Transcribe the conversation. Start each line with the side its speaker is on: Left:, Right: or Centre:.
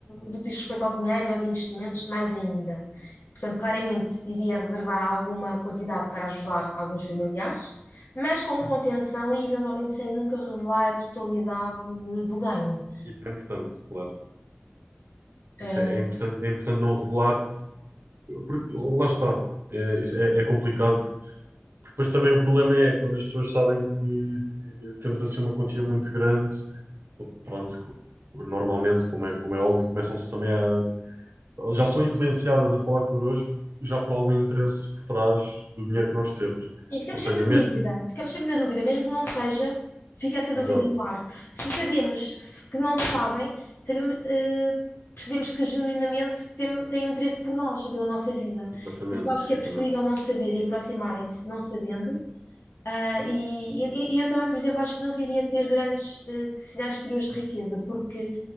Left: do que diz respeito ao dinheiro e aos investimentos, mais ainda. Portanto, claramente iria reservar alguma quantidade para ajudar alguns familiares, mas com contenção e eventualmente sem nunca revelar a totalidade de- do ganho.
Right: Isso é importante, claro.
Left: Eh,
Right: Isso é, é importante, é importante não revelar, porque lá está. É, isso é é complicado Porque depois também o problema é quando as pessoas sabem que, que temos assim uma quantia muito grande, pronto, normalmente, como é, como é óbvio, começam-se também a. Já são influenciadas a falar connosco já por algum interesse por trás do dinheiro que nós temos.
Left: Sim, ficamos
Right: Ou seja,
Left: sempre
Right: mesmo.
Left: na dúvida. Ficamos sempre na dúvida, mesmo que não seja, fica essa dúvida
Right: Exato,
Left: no ar. Se sabemos se- que não sabem, sabemos, eh, percebemos que genuinamente têm, têm um interesse por nós e pela nossa vida.
Right: exatamente,
Left: Portanto, acho
Right: exatamente.
Left: que é preferível não saber e aproximarem-se não sabendo. Ah, e, e- e eu também, por exemplo, acho que não queria ter grandes eh, sinais exteriores de riqueza, porque